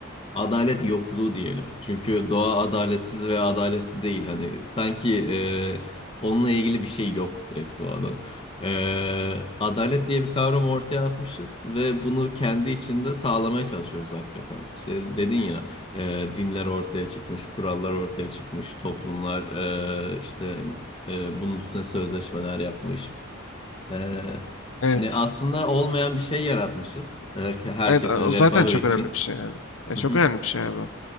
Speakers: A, on the left; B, on the left.
A: Adalet yokluğu diyelim. Çünkü doğa adaletsiz veya adaletli değil. Hani sanki e, onunla ilgili bir şey yok direkt doğada. E, adalet diye bir kavram ortaya atmışız ve bunu kendi içinde sağlamaya çalışıyoruz hakikaten. İşte dedin ya e, dinler ortaya çıkmış, kurallar ortaya çıkmış, toplumlar e, işte e, bunun üstüne sözleşmeler yapmış. E,
B: Evet.
A: hani aslında olmayan bir şey yaratmışız. Herke- herkesin
B: Evet o
A: refahı
B: zaten çok
A: için.
B: önemli bir şey yani. Ya
A: Hı
B: çok önemli bir şey yani bu.